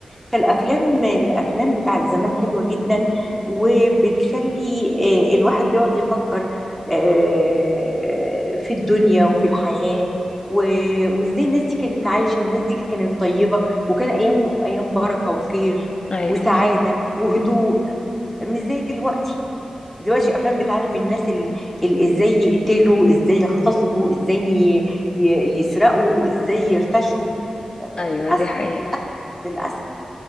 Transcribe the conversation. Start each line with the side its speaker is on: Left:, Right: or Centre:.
Centre: فالأفلام الأفلام بتاعت زمان حلوة جدا وبتخلي آه، الواحد بيقعد يفكر آه، في الدنيا وفي الحياة و- وازاي الناس دي كانت عايشة والناس دي كانت طيبة وكان أيامهم أيام بركة وخير
Left: أيوة
Centre: وسعادة
Left: صح
Centre: وهدوء مش زي دلوقتي دلوقتي الافلام بتعلم الناس ال... ال... ازاي يقتلوا ازاي يغتصبوا ازاي ي... ي- يسرقوا ازاي يرتشوا
Left: أيوة
Centre: للاسف
Left: دي حقيقة
Centre: للاسف